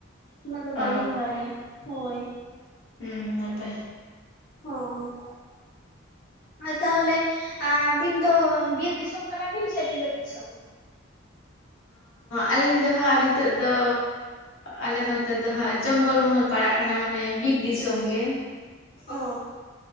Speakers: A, on the left; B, on the left.
A: ᱩᱱᱟᱹᱜ ᱫᱚ
B: ᱚ
A: ᱵᱟᱹᱞᱤᱧ ᱵᱟᱲᱟᱭᱟ ᱦᱳᱭ
B: ᱦᱩᱸ ᱱᱟᱯᱟᱭ
A: ᱚ ᱛᱟᱦᱚᱞᱮ ᱟᱹᱵᱤᱱ ᱫᱚ ᱵᱤᱨ ᱫᱤᱥᱚᱢ ᱠᱟᱱᱟ ᱵᱤᱱ ᱥᱮ ᱵᱤᱞᱟᱹᱛ ᱫᱤᱥᱚᱢ
B: ᱟᱹᱞᱤᱧ ᱫᱚ ᱦᱟᱸᱜ ᱱᱤᱛᱚᱜ ᱫᱚ ᱟᱞᱮ ᱱᱚᱛᱮ ᱫᱚ ᱦᱟᱸᱜ ᱡᱚᱝᱜᱚᱞ ᱢᱚᱦᱚᱞ ᱯᱟᱲᱟᱜ ᱠᱟᱱᱟ ᱢᱟᱱᱮ ᱵᱤᱨ ᱫᱤᱥᱚᱢ ᱜᱮ
A: ᱚ